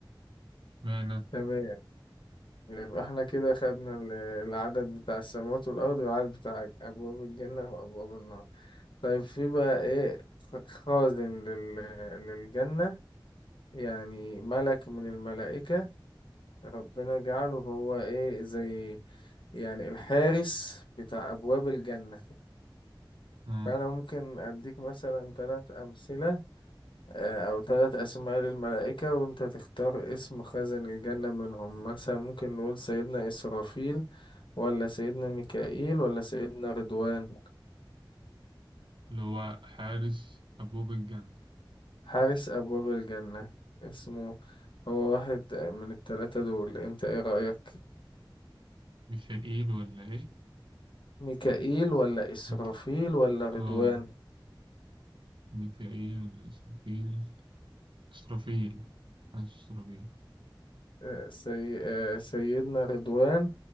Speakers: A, on the right (about 70°); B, on the left (about 70°).
A: اشمعنى
B: تمام يبقى احنا كده خدنا ال- العدد بتاع السماوات والأرض والعدد بتاع أبواب الجنة وأبواب النار طيب في بقى إيه خ- خازن لل... للجنة يعني ملك من الملائكة ربنا جعله هو إيه زي يعني الحارس بتاع أبواب الجنة
A: اه
B: فأنا ممكن أديك مثلا ثلاث أمثلة آه، أو ثلاث أسماء للملائكة وأنت تختار اسم خازن الجنة منهم مثلا ممكن نقول سيدنا إسرافيل ولا سيدنا ميكائيل ولا سيدنا رضوان
A: اللي هو حارس أبواب الجنة
B: حارس أبواب الجنة اسمه هو واحد من الثلاثة دول أنت إيه رأيك؟
A: ميكائيل ولا إيه؟
B: ميكائيل ولا إسرافيل
A: ميك...
B: ولا رضوان؟
A: اه ميكائيل ولا إسرافيل إسرافيل حاسس إسرافيل
B: آه، سي... آه، سيدنا رضوان